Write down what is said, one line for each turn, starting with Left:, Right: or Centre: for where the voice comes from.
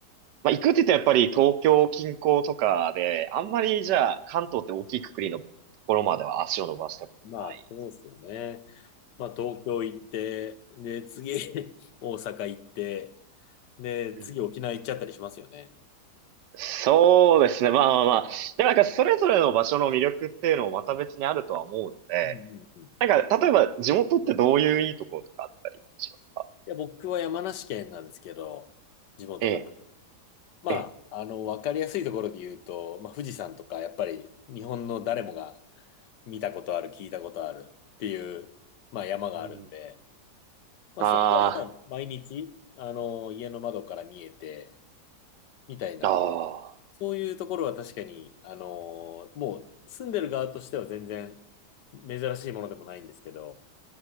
Right: まあ、行くって言ってやっぱり東京近郊とかで、あんまりじゃあ関東って大きいくくりのところまでは足を伸ばしたことない。
Left: まあ、そうですよね。まあ、東京行って、で、次、<laughs> 大阪行って、で、
Right: うん。
Left: 次、沖縄行っちゃったりしますよね。
Right: そうですね。まあまあまあ。でもなんかそれぞれの場所の魅力っていうのもまた別にあるとは思うので、
Left: うんうんうん。い
Right: なんか例えば地元ってどういういいところとかあったりします
Left: や、僕は山梨県なんですけど、地元が。
Right: ええ、
Left: まあ、
Right: ええ。
Left: あの、わかりやすいところで言うと、まあ、富士山とか、やっぱり日本の誰もが見たことある、聞いたことあるっていう、まあ、山があるんで、
Right: うん。
Left: まあ、
Right: あ
Left: それがまあ毎日、あの、家の窓から見えて、みたいな、
Right: あ、あ
Left: そういうところは確かに、あのーもう住んでる側としては全然珍しいものでもないんですけど、